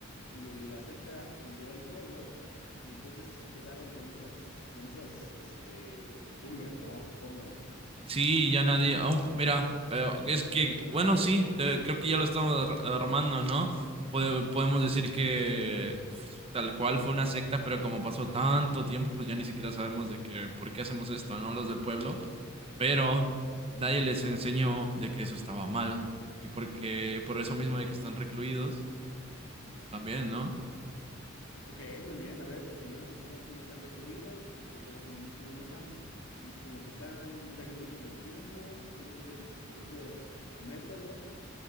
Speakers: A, on the left; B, on the right.
A: y el- la secta fundó el pueblo, y entonces se quedaron con esas, con esas, este, costumbres, ¿no? Supongo, ¿no?
B: Y sí, ya nadie. oh, mira, eh, es que, bueno, sí, te- creo que ya lo estamos ar- armando, ¿no? Pode- podemos decir que f- tal cual fue una secta, pero como pasó tanto tiempo, pues ya ni siquiera sabemos de que, por qué hacemos esto, ¿no? Los del pueblo. Pero nadie les enseñó de que eso estaba mal. Y porque, por eso mismo de que están recluidos, pues también, ¿no?
A: Ok, muy bien. A ver, continúa, continúa. Sí, están recluidos, este, como que no, no están, mm, como que están perdidos en el tiempo y tienen ellos sus propios métodos.